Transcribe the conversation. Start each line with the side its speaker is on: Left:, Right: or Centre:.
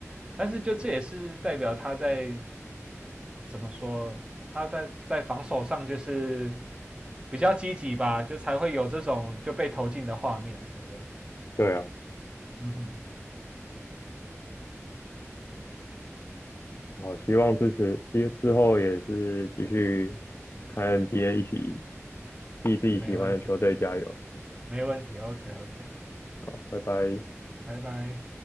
Right: 但是就这也是代表他在怎么说，他在在防守上就是比较积极吧，就才会有这种就被投进的画面，对不对？
Left: <laughs> 对啊，
Right: 嗯哼，
Left: 好，希望支持，之之后也是继续看 NBA，一起替自己喜欢的球队加油。
Right: 没问题，没问题，OK OK，
Left: 好，拜拜。
Right: 拜拜。